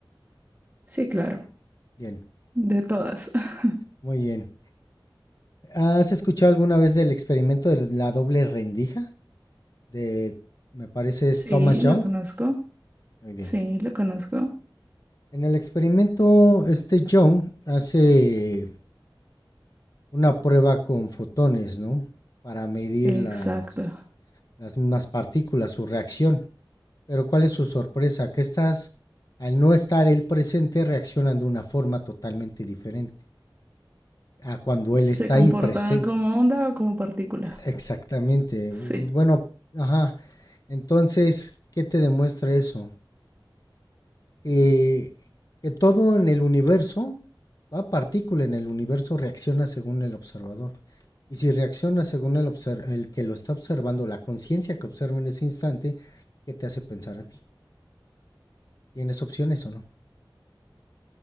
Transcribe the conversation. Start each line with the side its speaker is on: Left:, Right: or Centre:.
Right: Sí, claro.
Left: Bien.
Right: De todas. <laughs>
Left: Muy bien. ¿Has escuchado alguna vez del experimento de la doble rendija? De, me parece,
Right: Sí,
Left: es Thomas Young.
Right: lo conozco.
Left: Muy bien.
Right: Sí, lo conozco.
Left: En el experimento, este Young hace una prueba con fotones, ¿no? Para medir
Right: Exacto.
Left: las, las mismas partículas, su reacción. Pero ¿cuál es su sorpresa? Que estas, al no estar él presente, reaccionan de una forma totalmente diferente a cuando él está
Right: Se
Left: ahí
Right: comportan
Left: presente?
Right: como onda o como partícula.
Left: Exactamente.
Right: Sí.
Left: Bueno, ajá. Entonces, ¿qué te demuestra eso? eh, que todo en el universo, toda partícula en el universo reacciona según el observador. Y si reacciona según el, obser- el que lo está observando, la conciencia que observa en ese instante, ¿qué te hace pensar a ti? ¿Tienes opciones o no?